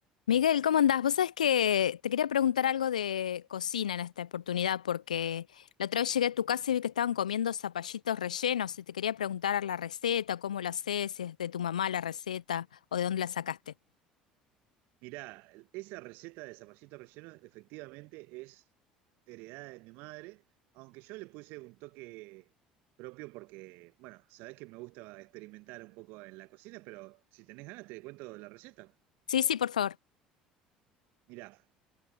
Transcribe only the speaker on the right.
Mirá, el- esa receta de zapallito relleno efectivamente es heredada de mi madre, aunque yo le puse un toque propio porque, bueno, sabés que me gusta experimentar un poco en la cocina, pero si tenés ganas te cuento la receta.
Mirá.